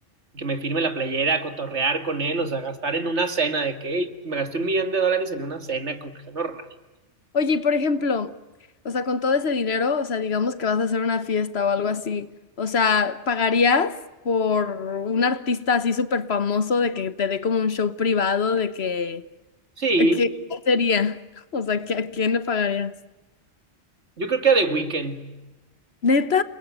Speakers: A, on the right (about 75°); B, on the left (about 60°).
A: que me firme la playera, cotorrear con él, o sea, gastar en una cena de que "Ey, me gasté un millón de dólares en una cena con Cristiano Ronaldo.
B: <laughs> Oye, y por ejemplo, o sea, con todo ese dinero, o sea, digamos que vas a hacer una fiesta o algo así, o sea, ¿pagarías por un artista así súper famoso de que te dé como un show privado de que,
A: Sí,
B: de que- ¿qué sería? O sea, ¿que a quién le pagarías?
A: yo creo que a The Weeknd.
B: ¿Neta?